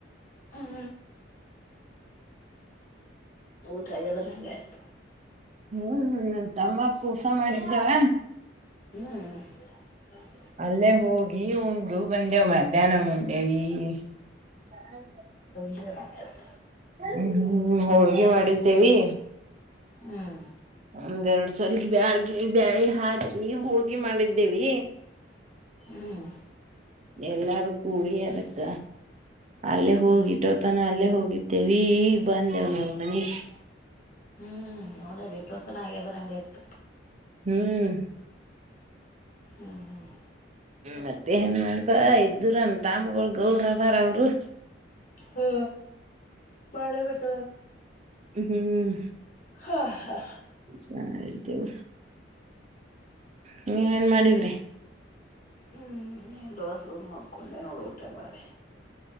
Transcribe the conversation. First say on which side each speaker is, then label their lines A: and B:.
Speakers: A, on the left (about 45°); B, on the right (about 35°).
A: ಹಾ ಊಟ ಆ್ಯದ ಹಂಗ ಆಯ್ತ
B: ಹ್ಮ್ ನ ತಮ್ಮಕ್ ಕಊಸ ಮಾಡಿದ್ದವ
A: ಹ್ಮ್
B: ಅಲ್ಲೇ ಹೋಗಿ ಉಂಡು ಬಂದೇವ ಮಧ್ಯಾಹ್ನ ಉಂಡೇವಿ ಹ ಹೌ
A: ಕ
B: ಹ್ಮ್ ಹೋಳ್ಗಿ ಮಾಡಿದ್ದೇವಿ
A: ಹ್ಮ್
B: ಒಂದ್ರಡ್ ಸಲ ಬ್ಯಾಳ್ಗಿ ಬ್ಯಾಳೆ ಹಾಕಿ ಹುಳ್ಗಿ ಮಾಡಿದ್ದೇವಿ
A: ಹ್ಮ್
B: ಎಲ್ಲಾರು ಕೂಳ ಅದಕ್ಕ ಅಲ್ಲೇ ಹೋಗಿಟ್ಟೋತನ
A: ಹ್ಮ್
B: ಅಲ್ಲೇ ಹೋಗಿದ್ದೇವಿ ಈಗ್ ಬಂದೆವ್ ನ ಮನೀಶ್
A: ಹ್ಮ್ ನೋಡಲ್ಲ ಇಷ್ಟವತನ ಆಗ್ಯದ ಹಂಗ ಆ್ತ
B: ಹ್ಮ್
A: ಹ್ಮ್ ಹ್ಮ್
B: ಮತ್ತೆ ಏನ್ ಮಾಡ್ತ ಎ್ದರನ್ ತಾಮಗ ಗೌಡ್ರವಾರ ಅವರು
A: ಹ್ಮ ಬಳೆ ಬಟ್ಟ
B: ಹ್ಮ್
A: ಹಾ ಹಾ
B: ಸಾರವ ನೀವೇನ್ ಮಾಡಿದ್ರಿ
A: ಹ್ಮ್ ಎಲ್ಸು ಮಕ್ಕುಂದೇ ನೋಡ್ ಊಟ ಮಾಡಿ